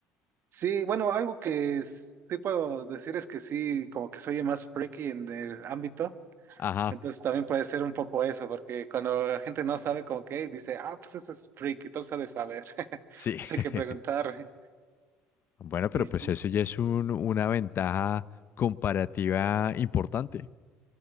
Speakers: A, on the right; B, on the left.
A: Sí, bueno, algo que sí puedo decir es que sí, como que soy el más freaky en el ámbito,
B: Ajá,
A: Entonces también puede ser un poco eso, porque cuando la gente no sabe como que dice, ah, pues ese es freak, entonces ha de saber. <laughs>
B: sí.
A: Así
B: <laughs>
A: que preguntar.
B: Bueno, pero
A: Y sí,
B: pues eso ya es un- una ventaja comparativa importante.